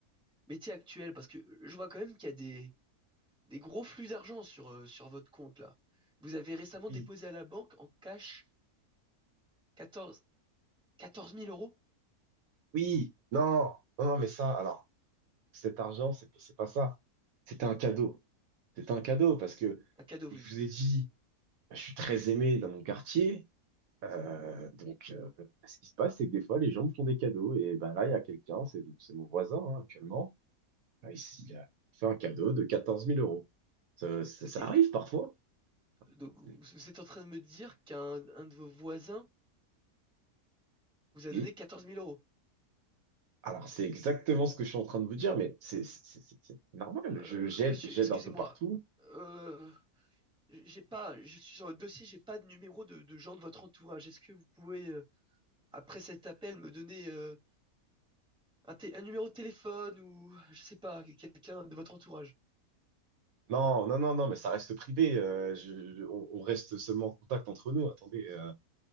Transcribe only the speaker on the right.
Oui,
oui, non, non, non, mais ça, alors. cet argent, c'est c'est pas ça. C'était un cadeau. C'était un cadeau parce que
je
vous ai dit, bah, je suis très aimé dans mon quartier. Euh, donc, euh, bah, ce qui se passe, c'est que des fois, les gens me font des cadeaux. Et ben là, il y a quelqu'un, c'est c'est mon voisin hein, actuellement. Ben, ici, il a fait un cadeau de quatorze mille euros. Ça, ça,
ça arrive
parfois.
C'est-
Oui.
Alors, c'est exactement ce que je suis en train de vous dire, mais c'est c'est- c'est- c'est normal.
Je, j'aide,
j'aide
un peu partout.
Non, non, non, non, mais ça reste privé. euh, je- je- on, on reste seulement en contact entre nous. Attendez, euh,